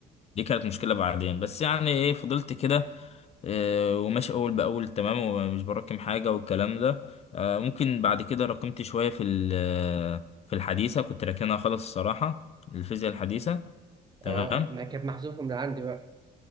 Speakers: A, on the left; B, on the right.
A: دي كانت مشكلة بعدين بس يعني ايه فضلت كده آه، وماشي اول باول تمام ومش براكم حاجة والكلام ده آه، ممكن بعد كده راكمت شوية في ال- آه، في الحديثة كنت راكنها خالص الصراحة الفيزياء الحديثة تمام
B: اه ما كانت محذوفه من عندي بقى